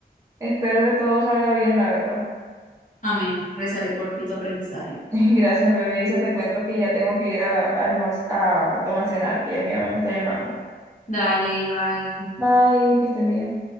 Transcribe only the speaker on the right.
espero que todo salga bien, la verdad.
<laughs> Gracias, bebé. Isa, te cuento que ya tengo que ir a, a almorzar, a, perdón, a cenar, que ya mi mamá me está llamando.
Bye, que estén bien.